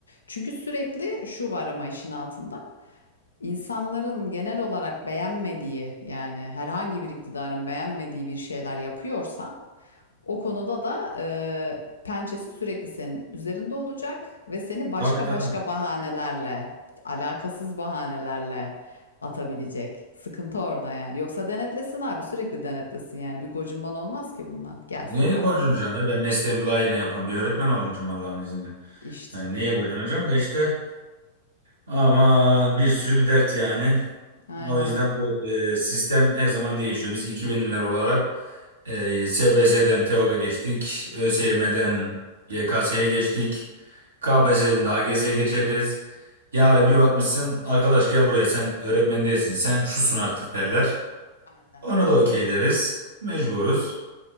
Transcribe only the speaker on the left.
Çünkü sürekli şu var ama işin altında insanların genel olarak beğenmediği yani herhangi bir iktidarın beğenmediği bir şeyler yapıyorsa o konuda da e, pençesi sürekli senin üzerinde olacak ve seni başka
başka bahanelerle, alakasız bahanelerle atabilecek. Sıkıntı orada yani. Yoksa denetlesin abi, sürekli denetlesin yani. Bir gocunman olmaz ki bundan. Gelsin
baksın.
İşte.
Aynen.
Aynen.